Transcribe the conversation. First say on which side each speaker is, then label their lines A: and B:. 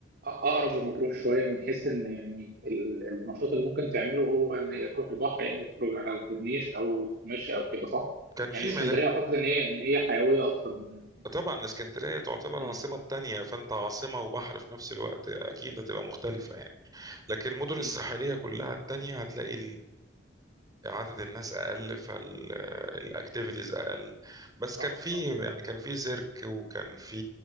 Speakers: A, on the right; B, on the right.
A: اقرب لمطروح شويه من حيث ان يعني ال- النشاط اللي ممكن تعمله هو ان هي تروح البحر يا اما تخرج على الكورنيش او تتمشى او كده صح؟
B: كان
A: يعني
B: في
A: اسكندريه
B: ملاء
A: اعتقد ان هي ان هي حيويه اكتر من
B: طبعا اسكندرية تعتبر العاصمة
A: امم
B: التانية فأنت عاصمة وبحر في نفس الوقت أكيد هتبقى مختلفة يعني لكن المدن
A: امم
B: الساحلية كلها التانية هتلاقي عدد الناس اقل فالاكتيفيتيز اقل بس
A: صح
B: كان في
A: صح
B: يعني كان في سيرك وكان في